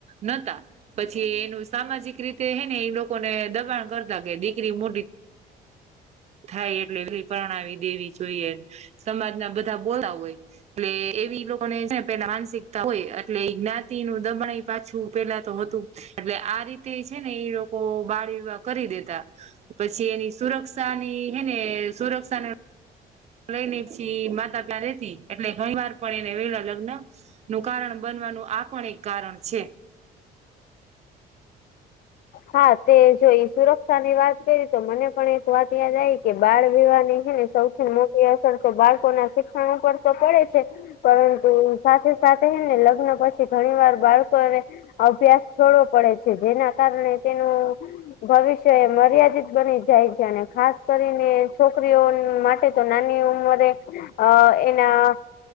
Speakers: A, on the right; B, on the left.
A: નતા પછી એનું સામાજિક રીતે હે ને એ લોકોને દબાણ કરતા કે દીકરી મોટી થાય એટલે એલી પરણાવી દેવી જોઈએ સમાજ ના બધા બોલા હોય એટલે એવી લોકો ને પેલા માનસિક હોય એટલે એ જ્ઞાતિ નું દબણાઈ પાછું પેલા તો હતું એટલે આ આ રીતે છે ને એ લોકો બાળ વિહ કરી દેતા પછી એની સુરક્ષાની હે ને સુરક્ષાને લઈ ને પછી માતા પ્યા રેતી એટલે ઘણી વાર પણ એને વેલા લગ્ન નું કારણ બનવાનું આ પણ એક કારણ છે <inaudible>
B: હા તે જો ઈ સુરક્ષા ની વાત કરી તો મને પણ એક વાત યાદ આવી કે બાળ વિહ નીને સૌ મોટી અસર તો બાળકો ના શિક્ષણ ઉપર તો પડે છે પરંતુ સાથે સાથે ને લગ્ન પછી ઘણી વાર બાળકોને અભ્યાસ છોડવો પડે છે જેના કારણે તેનું ભવિષ્ય એ મર્યાદિત બની જાય છે અને ખાસ કરીને છોકરીઓ માટે સોનાનીમ મ અ એના